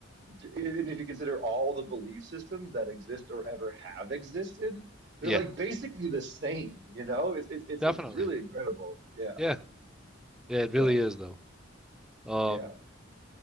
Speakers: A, on the right; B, in the centre.
A: d- even if you consider all the belief systems that exist or ever have existed,
B: Yeah,
A: they're like basically the same, you know? It's it's it's
B: definitely.
A: it's really incredible. Yeah.
B: Yeah. Yeah, it
A: Yeah.
B: really is though. Um,
A: Yeah,